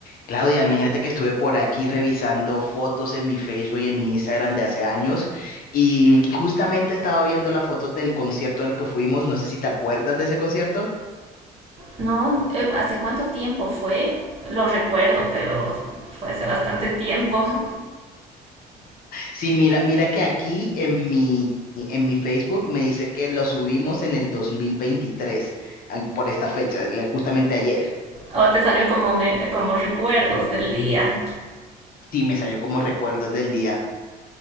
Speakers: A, on the left; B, on the right.
A: Claudia, imagínate que estuve por aquí revisando fotos en mi Facebook y en mi Instagram de hace años y justamente estaba viendo las fotos del concierto al que fuimos. No sé si te acuerdas de ese concierto.
B: No, eh, ¿hace cuánto tiempo fue? Lo recuerdo, pero fue hace bastante tiempo. <laughs>
A: Sí, mira, mira que aquí en mi, en mi Facebook me dice que lo subimos en el 2023, ah, por esta fecha, le- justamente ayer.
B: O te salió como, me- como recuerdos del día.
A: Sí, me salió como recuerdos del día.